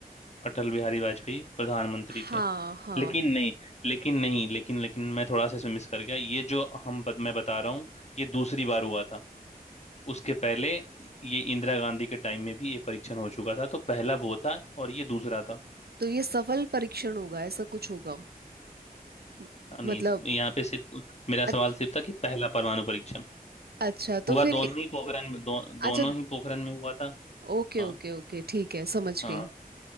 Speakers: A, on the left (about 45°); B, on the right (about 85°).
A: अटल बिहारी वाजपेयी प्रधानमंत्री
B: हाँ
A: थे
B: हाँ
A: लेकिन नहीं लेकिन नहीं लेकिन लेकिन मैं थोड़ा सा इसमें मिस कर गया ये जो हम बत, मैं बता रहा हूँ ये दूसरी बार हुआ था उसके पहले ये इंदिरा गांधी के टाइम में भी ये परीक्षण हो चुका था तो पहला वो था और ये दूसरा था
B: तो ये सफल परीक्षण होगा ऐसा कुछ होगा म-
A: हाँ, नहीं
B: मतलब
A: इस- यहाँ पे सिर्फ मेरा सवाल
B: अच-
A: सिर्फ था कि पहला परमाणु परीक्षण
B: अच्छा तो
A: हुआ
B: फिर
A: दोनों ही पोखरण में दो,
B: अच्छा
A: दोनों ही पोखरण में हुआ था
B: ओके
A: हाँ
B: ओके ओके ठीक है समझ
A: हाँ
B: गई